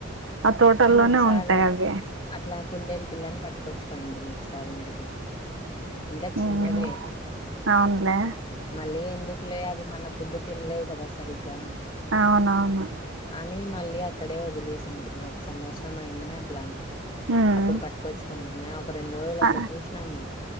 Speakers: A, on the right; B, on the left.
A: ఆ తోటల్లోనే
B: మేము ఒకసారి
A: ఉంటాయి అవి
B: అట్లా కుందేలు పిల్లని పట్టుకొచ్చుకోండి ము ఒకసారి ఇంటికి ఇంకా
A: హ్మ్
B: చిన్నదే
A: అవునులే
B: మళ్లీ ఎ ఎందుకులే అవి మన ఫుడ్ తినలేవు కదా సరిగ్గా
A: అవునవును
B: అని మళ్ళీ అక్కడే వదిలేసింటి ఒక సంవత్సరం అయినా అట్లా
A: హ్మ్
B: అప్పుడు పట్టుకొచ్చుకోంటి మాయ్ ఒక రెండు రోజులు అట్లా
A: ఆ
B: చూసినాము